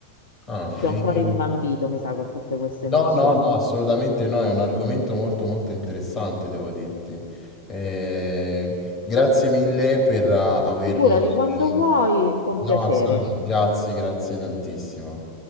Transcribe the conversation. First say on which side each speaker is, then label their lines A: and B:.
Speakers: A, on the left; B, on the left.
A: Ah,
B: Ti
A: ehm,
B: ho un po' rimbambito, mi sa, con tutte queste
A: no,
B: nozioni.
A: no, no, assolutamente no, è un argomento molto, molto interessante devo dirti. Ehm, grazie mille per ah, avermi
B: Figurati quando vuoi, con
A: no,
B: piacere.
A: assolutamen grazie, grazie tantissimo.